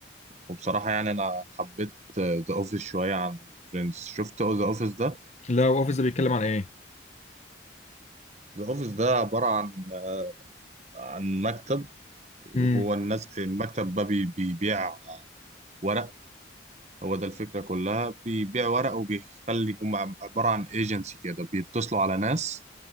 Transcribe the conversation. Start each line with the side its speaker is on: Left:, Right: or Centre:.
Right: وبصراحه يعني انا حبيت ذا اوفيس شويه عن فريندز شفت ذا اوفيس ده
Left: لا اوفيس ده بيتكلم عن ايه
Right: ذا اوفيس ده عباره عن آه، عن مكتب وهو
Left: امم
Right: الناس المكتب ده بي- بيبيع ورق هو ده الفكرة كلها بيبيع ورق وبيخلي هم عب- عبارة عن ايجنسي كده بيتصلوا على ناس